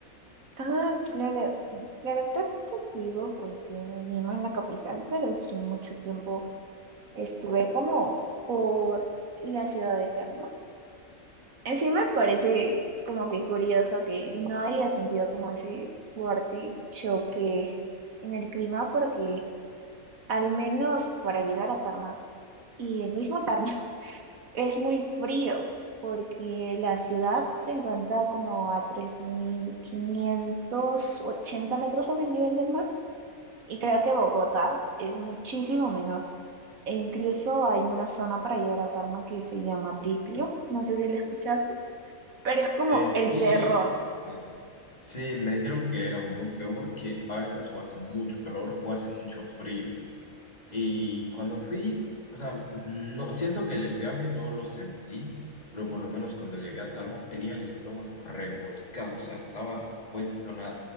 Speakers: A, on the right; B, on the left.
A: Ah, claro, mm, claro, actualmente vivo pues sí en Lima, en la capital, pero sí mucho tiempo Estuve como por la ciudad eterna. En sí me parece como que curioso que no haya sentido como ese fuerte choque en el clima porque al menos para llegar a Tarma y el mismo Tarma <laughs> es muy frío porque la ciudad se encuentra como a 3.580 metros sobre el nivel del mar y creo que Bogotá es muchísimo menor. E incluso hay una zona para llegar a Tarma que se llama Ticlio, no sé si la escuchaste, pero es como
B: Eh, sí,
A: el terror.
B: sí, sí, me dijeron que era muy feo porque a veces o hace mucho calor o hace mucho frío. Y cuando fui, o sea, no, siento que en el viaje no lo sentí, pero por lo menos cuando llegué a Tarma tenía el estómago revolcado, o sea, estaba vuelto nada.